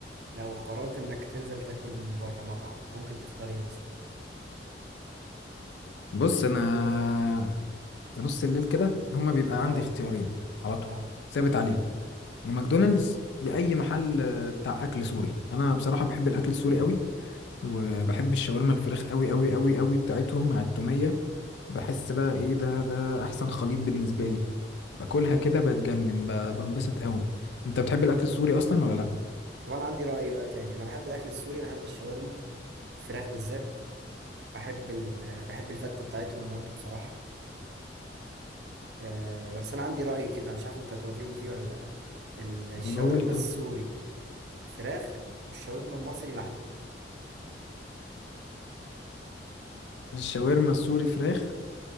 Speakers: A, on the right; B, on the left.
A: لو قررت انك تنزل تاكل من بره مطعم ممكن تختار ايه مثلا
B: بص انا في نص الليل كده هما بيبقى
A: اه
B: عندي اختيارين على طول
A: اه
B: ثابت عليهم يا ماكدونالدز يا اي محل آه، بتاع اكل سوري انا بصراحه بحب الاكل السوري قوي وبحب الشاورما الفراخ قوي قوي قوي قوي بتاعتهم مع التوميه بحس بقى ايه ده ده احسن خليط بالنسبه لي باكلها كده بتجنن ب- بنبسط قوي انت بتحب الاكل السوري اصلا ولا لا
A: وانا عندي رأي بقى تاني انا بحب الاكل السوري بحب الشاورما الفراخ بالذات بحب ال... بحب الفتة بتاعتهم برضو بصراحة أه بس انا عندي رأي كده مش عارف انت توافقني فيه ولا لا ال- الشاورما
B: قولهولي طب
A: السوري فراخ والشاورما المصري لحمة
B: الشاورما السوري فراخ